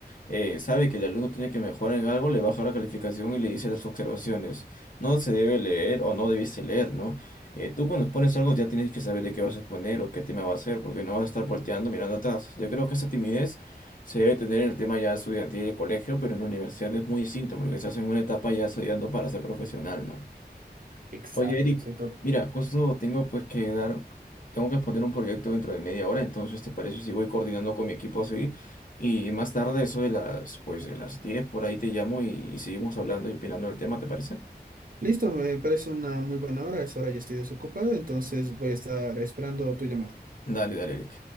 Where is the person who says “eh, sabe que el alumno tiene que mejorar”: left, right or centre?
Left